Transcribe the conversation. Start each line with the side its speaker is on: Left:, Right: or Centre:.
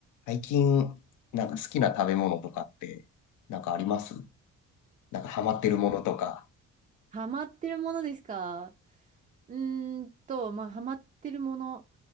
Left: 最近、なんか好きな食べ物とかって、なんかありますなんかハマってるものとか。
Right: ハマってるものですかうーんと、まあ、ハマってるもの。